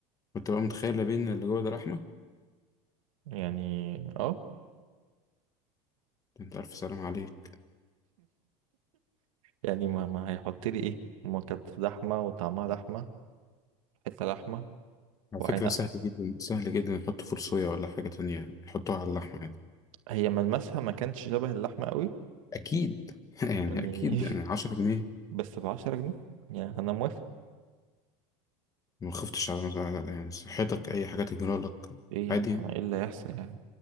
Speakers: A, on the left; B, on the right.
A: كنت بقى متخيل لا بين اللي جوه ده رحمه
B: يعني اه
A: انت عارف سلام عليك
B: يعني ما, ما هيحط لي ايه ما كانت لحمه وطعمها لحمه حته لحمه
A: على
B: وعينها
A: فكره سهل جدا سهل جدا يحطوا فول صويا ولا حاجه تانية يحطوها على اللحمه عادي
B: هي ملمسها ما كانش شبه اللحمه قوي
A: اكيد <laughs> يعني
B: يعني
A: اكيد يعني 10 جنيه
B: <laughs> بس ب 10 جنيه يعني انا موافق
A: ما خفتش على مز- يعني صحتك أي حاجة تجرى لك
B: ايه
A: عادي
B: يا عم ايه اللي هيحصل يعني